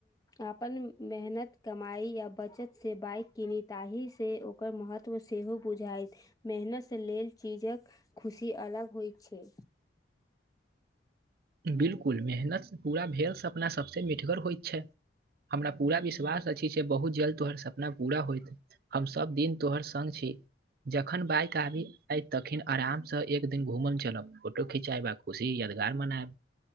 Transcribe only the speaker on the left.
अपन मेहनत कमाई या बचत से बाइक कनी ताही से ओकर महत्व सेहो बुझाइत मेहनत लेल चीजक खुशी अलग होइत छैय।